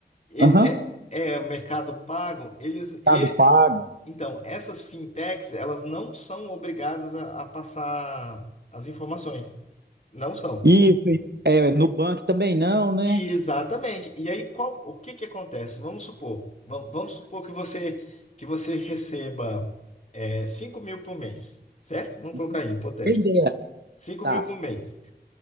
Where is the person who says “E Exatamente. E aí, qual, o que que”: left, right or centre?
Left